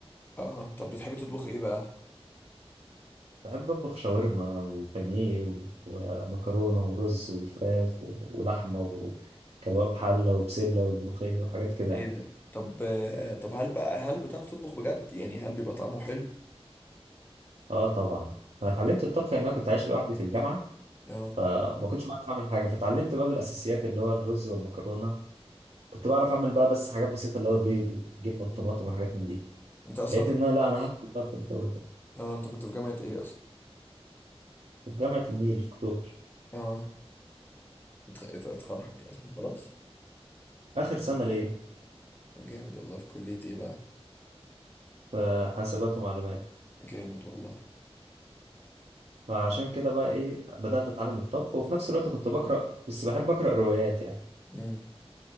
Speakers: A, on the left; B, on the right.
A: اه طب بتحبي تطبخ ايه بقى
B: بحب اطبخ شاورما وبانيه و- ومكرونة ورز وفراخ و- ولحمة وكباب حلة وبسلة وملوخية وحاجات كده
A: ايه
B: يعني
A: ده طب آه طب هل بقى هل بتعرف تطبخ بجد يعني هل بيبقى طعمه حلو
B: اه طبعا انا اتعلمت الطبخ لان انا كنت عايش لوحدي في الجامعة
A: اه
B: فما كنتش بعرف اعمل حاجة فتعلمت بقى بالاساسيات اللي هو الرز والمكرونة كنت بعرف اعمل بقى بس حاجات بسيطة اللي هو بيض وجبنة بطماطم
A: مم.
B: وحاجات من دي
A: انت اصلا
B: لقيت
A: كنت-
B: ان انا لا انا هدخل بقى في الجو ده
A: اه انت كنت في جامعه ايه اصلا
B: في جامعة النيل في اكتوبر
A: اه اتخ- اتخرجت اصلا خلاص
B: فاخر سنة ليا
A: وجامد والله في كلية ايه بقى
B: في حاسبات ومعلومات
A: جامد والله
B: فعشان كده بقى ايه بدأت اتعلم الطبخ وفي نفس الوقت كنت بقرأ بس بحب أقرأ روايات يعني
A: امم